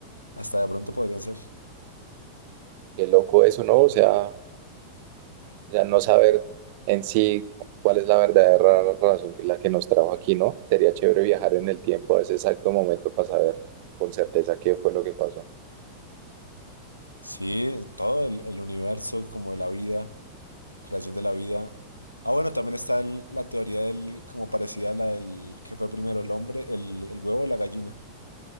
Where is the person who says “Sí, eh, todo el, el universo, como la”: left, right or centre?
Left